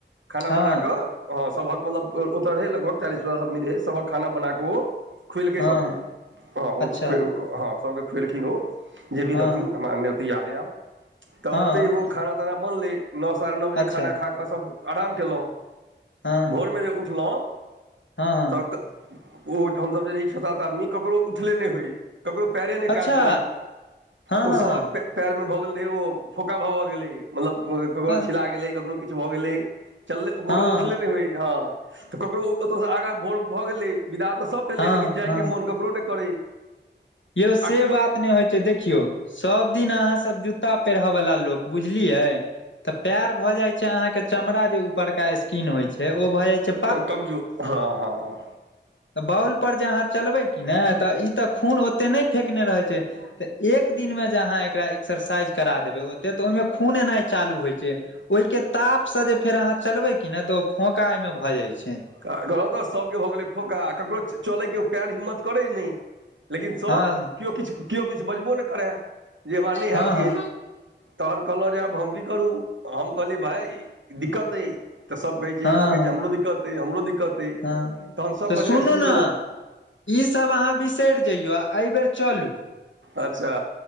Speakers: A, on the right; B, on the left.
A: खाना
B: हँ
A: बना कऽ हँ सभक मतलब ओतय रहय लगभग चालीस पचास आदमी रहै सभक खाना बना कऽ ओ खुएलकै
B: हँ
A: सबके हँ ओ
B: अच्छा
A: तऽ खु हँ सबके खुएलखिन ओ जे भी
B: हँ
A: रहथिन हमराने ओतेक यादे आयब तऽ
B: हँ
A: ओतहि ओ खाना ताना बनलै नओ साढ़े नओ बजे
B: अच्छा
A: खाना खा कऽ सब आराम कयलहुँ
B: हँ
A: भोर में जे उठलहुँ
B: हँ हँ
A: तऽ ओ ठीन सब जे रही छ सात आदमी ककरो उठले नहि होय ककरो पैरे नय
B: अच्छा
A: काज करै
B: हँ
A: ओ
B: हँ
A: सबक पयरमें भऽ गेल रहै ओ फोका भऽ भऽ गेलै मतलब ककरो
B: हँ
A: छिला गेलै ककरो किछु भऽ गेलै चललेकरो
B: हँ
A: उठले नय होय ह त ककरो ओतसँ आगा भोर भऽ गेलइ विदा तऽ सभ भेलै
B: हँ
A: लेकिन जायके
B: हँ
A: मोन ककरो नहि करै
B: यौ से
A: केओ
B: बात ने होइ छय देखियौ सब दिन अहाँ सब कुरता पेहरेबला लोग बुझलियइ तऽ पेर भय जाय छै अहाँ के चमड़ा जे ऊपर के स्कीन होय छै ओ भय जाय छय
A: कमजोर हँ हँ
B: बाउल पर जे अहाँ चलबै की ने तऽ ई तऽ खून ओते नहि फेेकने रहैत छय तऽ एक दिन मे जे अहाँ एकरा एक्सरसाइज करा देबै ओते तऽ ओहि में खून एनाइ चालू होइ छै ओहिके ताप से जे फेर अहाँ चलबै की नय तऽ ओ फोका एहिमे भऽ जाइ छै
A: कहलहु तऽ सभके भऽ गेलै फोका आ ककरो चलयके ओ पएर हिम्मत करै नय लेकिन सब
B: हँ
A: केओ किछु केओ किछु बजबो नहि करय जे हमरा नहि
B: हँ हँ
A: हैत गेल तहन कहलउ जे आब हम की करू हम कहली भाइ ई दिक्कत अइ तऽ सब कहै छै
B: हँ
A: एगो के
B: हँ
A: हमरो दिक्कत अइ हमरो दिक्कत अइ
B: हँ
A: तहन सभ
B: तऽ
A: बजनाइ
B: सुनू
A: शुरू
B: ने
A: केलक
B: ई सब अहाँ बिसरि जइयो आ अयबेर चलु
A: अच्छा